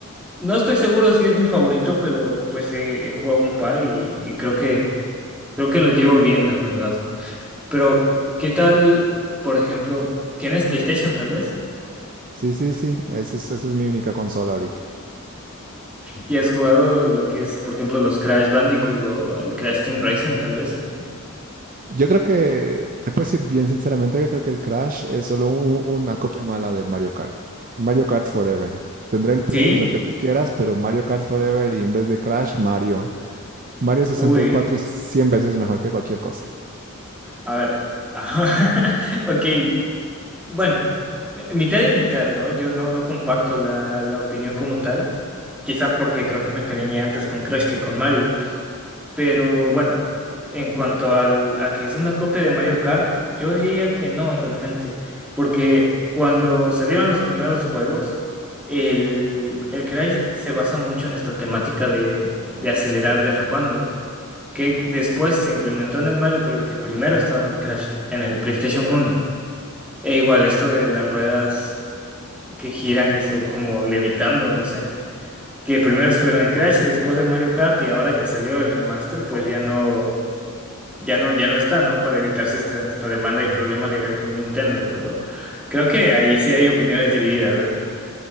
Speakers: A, in the centre; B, on the right (about 40°).
A: No estoy seguro si es mi favorito, pero pues he, he jugado un par y, y creo que, creo que los llevo bien, la verdad. Pero, ¿qué tal, por ejemplo, tienes PlayStation tal vez?
B: Sí, sí, sí, esa es, esa es mi única consola ahorita.
A: ¿Y has jugado lo que es, por ejemplo, los Crash Bandicoot o el Crash Team Racing tal vez?
B: Yo creo que, te puedo decir bien sinceramente, yo creo que el Crash es solo u- una copia mala del Mario Kart. Mario Kart Forever. Tendré el Play
A: Sí.
B: y lo que tú quieras, pero Mario Kart Forever y en vez de Crash, Mario. Mario 64
A: Uy.
B: es 100 veces mejor que cualquier cosa.
A: A ver. Ajá. <laughs> Ok. Bueno, mitad y mitad, ¿no? Yo no, no comparto la, la opinión como tal. Quizá porque creo que me encariñé antes con Crash que con Mario. Pero bueno, en cuanto al, a que es una copia de Mario Kart, yo diría que no realmente. Porque cuando salieron los primeros juegos, el, el Crash se basa mucho en esta temática de, de acelerar derrapando que después se implementó en el Mario, pero que primero estaba en el Crash, en el PlayStation uno E igual esto de las ruedas que giran y son como levitando, no sé, que primero estuvieron en Crash y después en Mario Kart y ahora que salió el remaster, pues ya no, ya no, ya no está, ¿no? Para evitarse esta, esta demanda y problema legal con Nintendo, pero creo que ahí sí hay opiniones divididas, ¿eh?